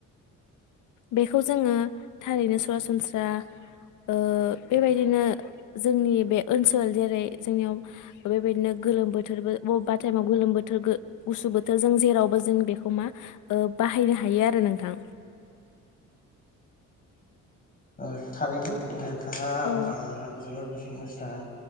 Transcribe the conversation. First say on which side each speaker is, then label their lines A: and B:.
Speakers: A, on the left (about 80°); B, on the left (about 30°).
A: बेखौ जोङो थारैनो सरासनस्रा ओ बेबायदिनो जोंनि बे ओनसोल जेरै जोंनियाव बेबायदिनो गोलोम बोथोरबो बबेबा टाइमाव गोलोम बोथोर गुसु बोथोर जों जेरावबो जों बेखौ मा बाहायनो हायो आरो नोंथां
B: ओ थारैनो बिथाङा
A: औ
B: जोबोर बेस्त